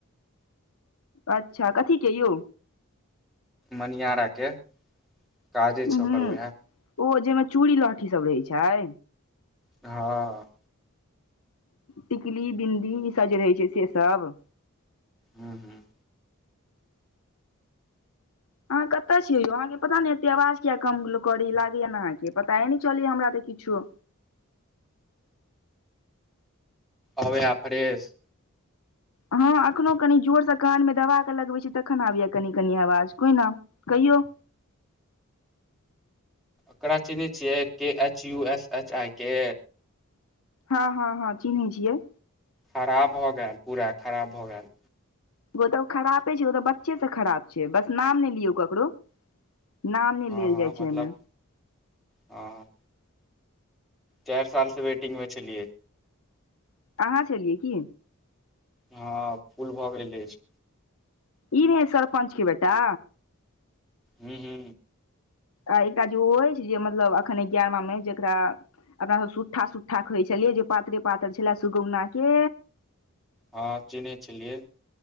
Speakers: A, on the left; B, in the centre.
A: अच्छा कथीेके यउ
B: मनिहारा के काजे छै ओकर
A: हं
B: उएह
A: ओ जहिमे चूड़ी लहठी सब रहै छै
B: हँ
A: टिकली बिन्दी ईसभ जे रहै छै से सब
B: हूँ हूँ
A: अहाँ कतअ छीयै यौ अहाँके पता ने एते आवाज किया कम करी लागैया ने अहाँके पताे न चलया हमरा तऽ किछो
B: आबइ फ्रेश
A: हँ अखनो कनि जोरसँ कान में दबा कऽ लगबै छी तखन आबिय कनि कनि आवाज कोइ ने कहियउ
B: ओकरा चिन्है छियै कि H U S H I के
A: हँ हँ हँ चिन्है छियै
B: खराब भऽ गेल पूरा खराब भऽ गेल।
A: ओ तऽ खरापे छैय ओ तऽ बच्चे से खराब छैय बस नाम नहि लियौ ककरो। नाम नहि
B: हँ
A: लेल
B: हँ
A: जाइ छै
B: मतलब
A: एहिमे
B: हँ। चारि साल से वेटिंग मे छेलियै।
A: आहाँ छेलियै की?
B: हँ फूल भऽ गेल अछि।
A: ई रहै सरपञ्च क बेेटा?
B: हू हू
A: आ एकटा जे ओ अछि जे मतलब अखन एगारहवाँमे जकरा अपना सब सुट्ठा सुट्ठा कहै छलियै जे पातरे पातर छलै सुगौना के
B: हँ चीनहै छलियै।